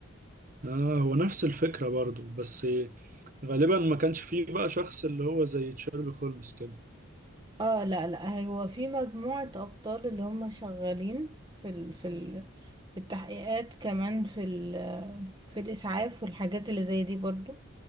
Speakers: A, on the right (about 40°); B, on the right (about 20°).
A: اه هو نفس الفكرة برضه بس غالبا ما كانش فيه بقى شخص اللي هو زي شيرلوك هولمز كده
B: اه لا لا هو في مجموعة أبطال اللي هم شغالين في ال في ال في التحقيقات كمان في ال في الإسعاف والحاجات اللي زي دي برضو